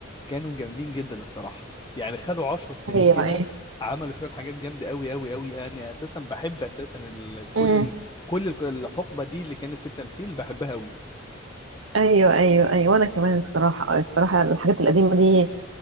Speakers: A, on the left; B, on the right.
A: كانوا جامدين جدا الصراحه يعني خدوا 10 سنين
B: ايوه
A: كده
B: ايوه
A: عملوا شويه حاجات جامده قوي قوي قوي انا اساسا بحب اساسا ال... كل
B: مم.
A: ال... كل الحقبه دي اللي كانت في التمثيل بحبها قوي
B: ايوه ايوه ايوه وانا كمان الصراحه الصراحه الحاجات القديمه دي